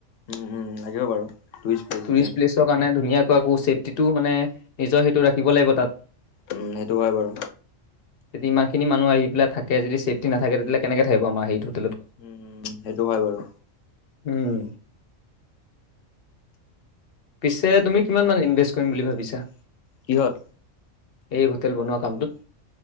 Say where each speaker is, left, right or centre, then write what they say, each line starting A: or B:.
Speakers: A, on the left (about 75°); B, on the left (about 55°).
A: উম উম লাগিব বাৰু টুৰিষ্ট প্লেচ যেতিয়া,
B: টুৰিষ্ট প্লেচৰ কাৰণে ধুনীয়াকৈ আকৌ চেফটিটো মানে নিজৰ সেইটো ৰাখ শিকিব লাগিব তাত।
A: উম সেইটো হয় বাৰু।
B: যদি ইমানিনি মুহ আহ পেলাই থাকে যদি চেফটি নাথে তেতিয়াহলে কেনেক থাকিব আমাৰ সেইটোত
A: উম সেইটো হয় বাৰু।
B: উম। পিছে তুমি কিমান মান ইনভেষ্ট কৰিম বুলি ভাবিছা।
A: কিহত?
B: এই হোটেল বনোৱা কামটোত।